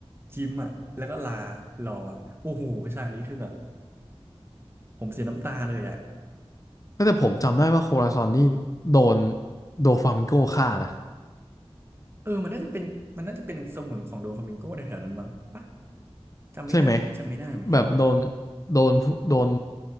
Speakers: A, on the right; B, on the left.
A: ยิ้มอ่ะแล้วก็ลารออะโอ้โหฉากนี้คือแบบผมเสียน้ำตาเลยอ่ะ
B: ก็แต่ผมจำได้ว่าโคราซอนนี่โดนโดฟลามิงโกฆ่านะ
A: เออมันน่าจะเป็นมันน่าจะเป็นสมุนของโดฟามิงโกในแถวนั้นมั้งปะจำไม่ได้ไอ้้จำไม่ได้เหมือนกัน
B: ใช่ไหมแบบโดนโดนผู้โดน